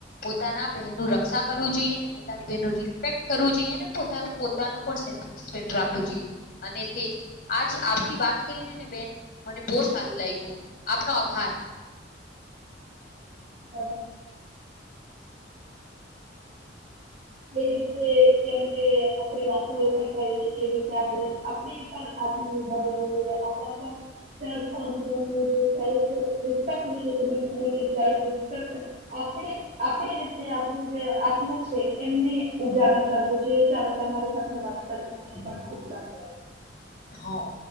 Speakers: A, on the left; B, on the right.
A: પોતાના બહેન નુ રક્ષા કરવું જોઈએ ને પોતાની બહેનનું રિસ્પેક્ટ કરવું જોઈએ ને પોતા પોતાનો પણ સેલ્ફ રિસ્પેકટ રાખવો જોઈએ અને તે આજ આપથી વાત કરીને ને બેન. મને બહુ સારું લાયગુ આપનો આભાર.
B: હ. કેવી રીતે જેમ કે આપણે વાતુ કે કેવી રીતે. તે આપણે આપણી પર આત્મનિર્ભર રહેવું જોઈએ આપણા પર સેલ્ફ કોન્ફિડેસ હોવો જોઈએ સેલ્ફ રિસ્પેક્ટ <unintelligible> તમે જે સેલ્ફી ઇન્સ્પેક્ટર આપણે આપણી રીતે આપડુ જે અપ આયપા છે એમને ઉજાગર કરવો જોઈએ ચાલો તમારી સાથે વાત કરી મને પણ ખુબ સારું લાગ્યું.
A: હા.